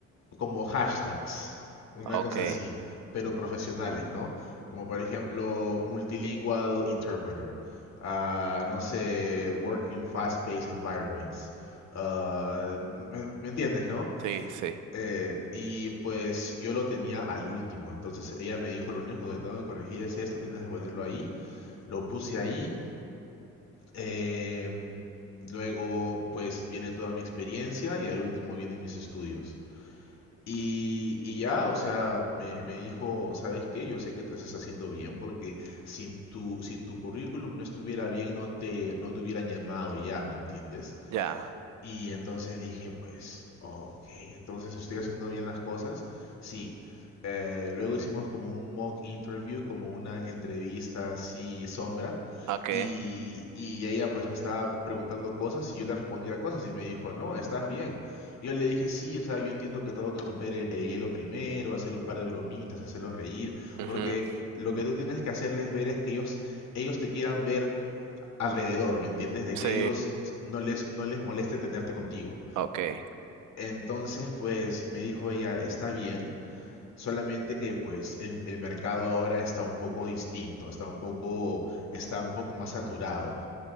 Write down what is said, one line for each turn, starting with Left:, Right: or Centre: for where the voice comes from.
Left: como hashtags, una
Right: Ok.
Left: cosa así, pero profesionales, ¿no? Como por ejemplo, multilingual interpreter, ah, no sé, working fast-paced environments. ah, ¿me, me entiendes, no?
Right: Sí, sí.
Left: Eh, y pues yo lo tenía al último, entonces ella me dijo, lo único que tengo que corregir es esto, tienes que ponerlo ahí, lo puse ahí, eh, luego, pues viene toda mi experiencia y al último vienen mis estudios. Y, y ya, o sea, me, me dijo, ¿sabes qué? Yo sé que tú estás haciendo bien porque si tu, si tu currículum no estuviera bien, no te, no te hubieran llamado ya, ¿me entiendes?
Right: Ya.
Left: Y entonces dije, pues, ok, entonces estoy haciendo bien las cosas. Sí. Eh, luego hicimos como un mock interview, como una entrevista así sombra.
Right: Ok.
Left: Y, y ella pues me estaba preguntando cosas y yo le respondía cosas y me dijo, no, estás bien. Y yo le dije, sí, o sea, yo entiendo que tengo que romper el, el hielo primero, hacer un par de bromitas, hacerlos reír,
Right: Mhm.
Left: porque lo que tú tienes que hacerles ver es que ellos, ellos te quieran ver alrededor, ¿me entiendes? De
Right: Sí.
Left: que ellos no les, no les moleste tenerte contigo.
Right: Ok.
Left: Entonces, pues me dijo ella, está bien, solamente que pues el, el mercado ahora está un poco distinto, está un poco, está un poco más saturado.